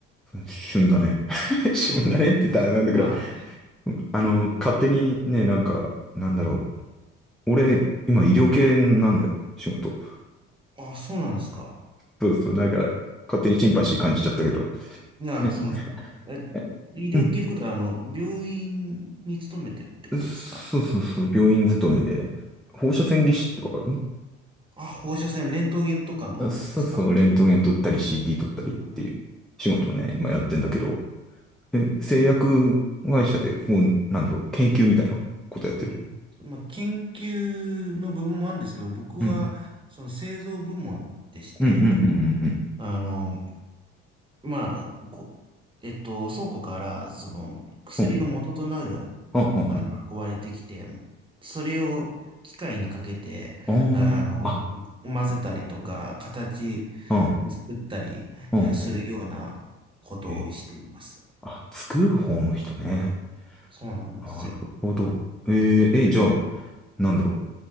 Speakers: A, in the centre; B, on the right.
A: 旬だね。<laughs> 旬だねって言ったらなんだけど、
B: そうです。ま
A: あの、勝手にね、なんか、なんだろう。俺、今医療系なんだよ、仕事。
B: あ、あ、そうなんですか。
A: そうそう、なんか、勝手にシンパシー感じちゃったけど。
B: ああ、
A: え
B: そうなんですか。
A: えうん。
B: え、医療系ってことは、あの、病院に勤めてるってことですか
A: そうそうそう、病院勤めで、放射線技師ってわかる
B: あ、放射線、レントゲンとかのですか
A: あそうそう、レントゲン撮ったり CT 撮ったりっていう仕事をね、
B: うん。
A: 今やってんだけど、え、製薬会社で、こう、なんだろう、研究みたいなことやってるの
B: まあ、研究の部分もあるんですけど、僕は、
A: うん。
B: その製造部門でして、
A: うんうんうんうん
B: あの、まあ、こ、えっと、倉庫から、その、薬の元となる
A: うん。うん。あ、あ、あ、
B: 粉が運ばれてきて、それを機械にかけて、
A: あ、
B: あの、
A: あ、
B: 混ぜたりとか、
A: なるほどね。
B: 形
A: あ、
B: 作ったりえーするようなことをしています。
A: あ、あえーあ、作る方の人ね。
B: そうなんですよ。
A: なるほど。えーえ、じゃあ、なんだろ